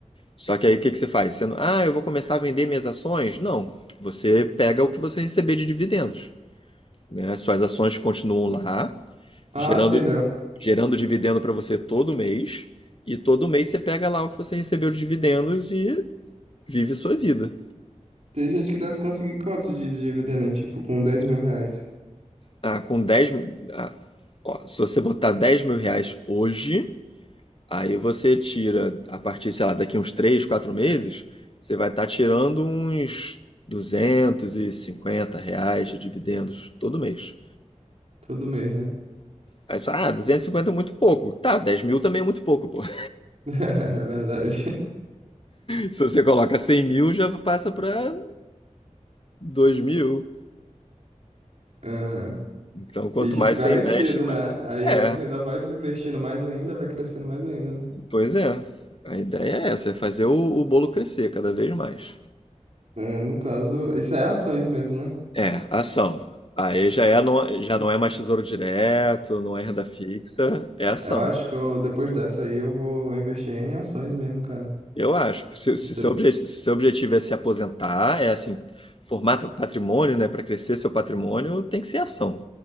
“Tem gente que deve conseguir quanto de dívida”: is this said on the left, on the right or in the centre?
Right